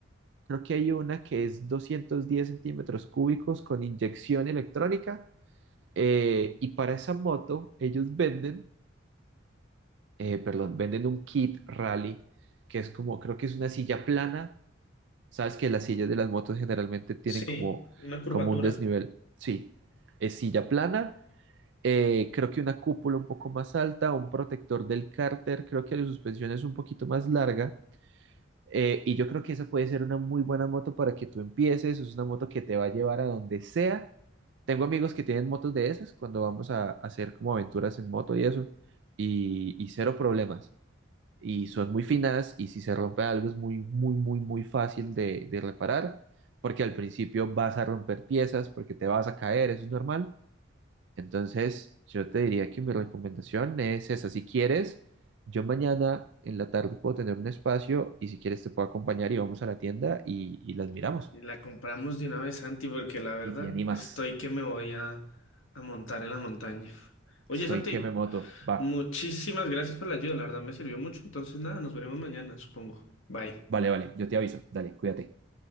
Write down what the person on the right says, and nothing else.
creo que hay una que es 210 centímetros cúbicos con inyección electrónica eh, y para esa moto, ellos venden, eh, perdón, venden un kit rally, que es como, creo que es una silla plana. Sabes que las sillas de las motos generalmente tienen
como,
como un desnivel. Sí, es silla plana. eh, creo que una cúpula un poco más alta, un protector del cárter, creo que la suspensión es un poquito más larga eh, y yo creo que esa puede ser una muy buena moto para que tú empieces. Es una moto que te va a llevar a donde sea. Tengo amigos que tienen motos de esas cuando vamos a, a hacer como aventuras en moto y eso. Y, y cero problemas. Y son muy finas y si se rompe algo es muy, muy, muy, muy fácil de, de reparar. Porque al principio vas a romper piezas, porque te vas a caer, eso es normal. Entonces, yo te diría que mi recomendación es esa. Si quieres, yo mañana en la tarde puedo tener un espacio y si quieres te puedo acompañar y vamos a la tienda y, y las miramos.
Y te animas.
Estoy
que me moto. Va.
Vale, vale. Yo te aviso. Dale, cuídate.